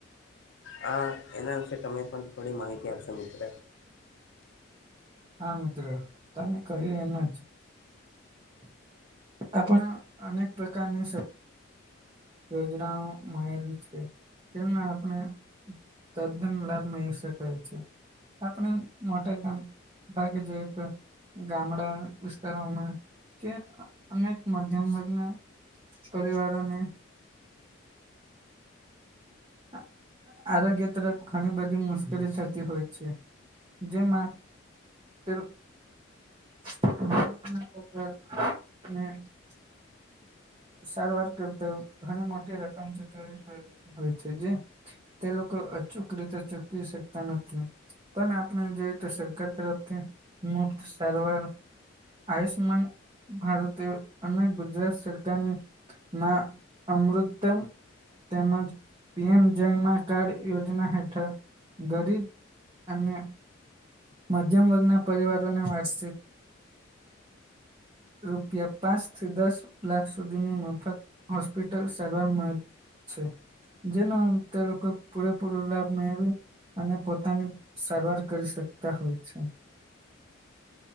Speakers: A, on the left; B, on the right.
A: હા એના વિશે તમે પણ થોડી માહિતી આપશો મિત્ર.
B: હા મિત્રો, તમે કહ્યું એમ જ. આપણા અનેક પ્રકારની સ યોજનાઓ મળેલી છે. તેના આપણે તદ્દન લાભ મળી શકાય છે. આપણે મોટા કામ ભાગે જોઈએ તો ગામડા વિસ્તારોમાં કે અનેક મધ્યમ વર્ગના પરિવારોને આ આરોગ્ય તરફ ઘણી બધી મુશ્કેલી થતી હોય છે. જેમાં તે <unintelligible> સારવાર કરતા ઘણી મોટી રકમ ચુકવવી પ હોય છે. તે લોકો અચૂક રીતે ચૂકવી શકતા નથી. પણ આપણે જોઈએ તો સરકાર તરફથી મુફત સારવાર આયુષ્યમાન ભારતીયો અને ગુજરાત સરક કારની મા અમૃતમ્ તેમજ પી એમ જયમાં કાર્ડ યોજના હેઠળ ગરીબ અને મધ્યમ વર્ગના પરિવારોને વાર્ષિક રૂપિયા પાંચથી દસ લાખ સુધીની મફત હોસ્પિટલ સારવારમાં છે જેના તે લોકો પૂરેપૂરો લાભ મેળવે અને પોતાની સારવાર કરી શકતા હોય છે.